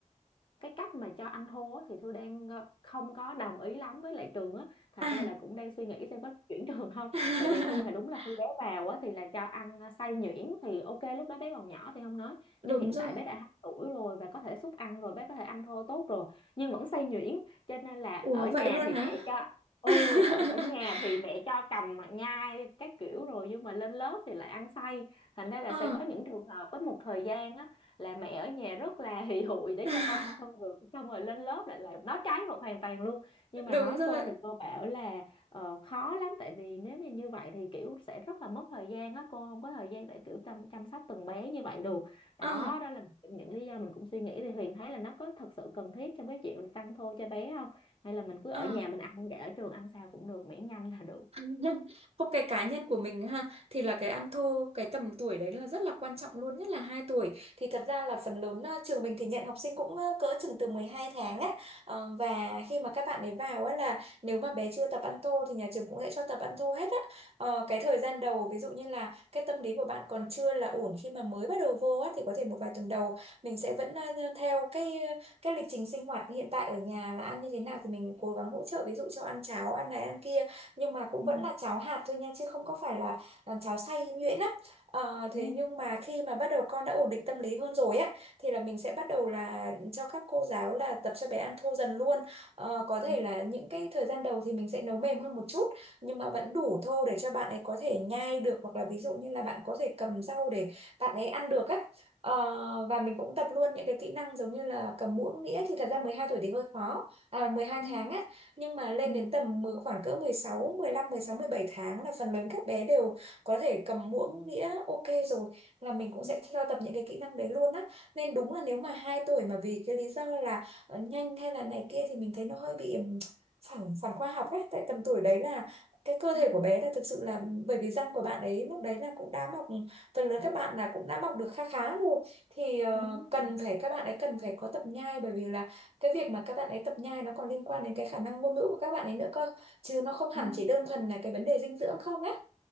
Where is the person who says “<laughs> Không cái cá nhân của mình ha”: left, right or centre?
Right